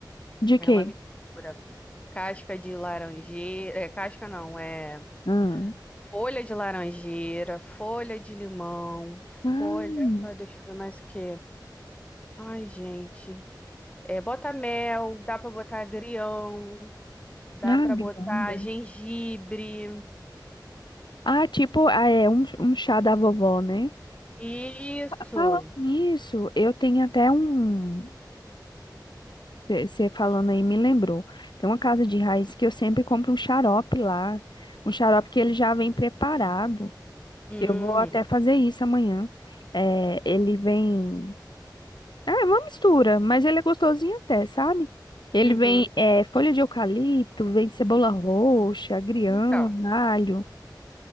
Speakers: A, on the left (about 75°); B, on the left (about 15°).
A: de
B: Ela
A: quê?
B: mistura casca de laranjeira, é, casca não, é
A: Ah,
B: folha de laranjeira, folha de limão,
A: ah,
B: folha, ah, deixa eu ver mais o que. Ai, gente. É, bota mel, dá pra botar agrião, dá
A: ah,
B: pra botar
A: guirlanda.
B: gengibre.
A: Ah, tipo, ah, é um, um chá da vovó, né?
B: Isso.
A: Falando nisso, eu tenho até um. Você falando aí me lembrou. Tem uma casa de raiz que eu sempre compro um xarope lá. Um xarope que ele já vem preparado.
B: Hum,
A: Eu vou até fazer isso amanhã. É, ele vem. É uma mistura, mas ele é gostosinho até, sabe? Ele
B: uhum.
A: vem é, folha de eucalipto, vem cebola roxa, agrião,
B: Então,
A: alho.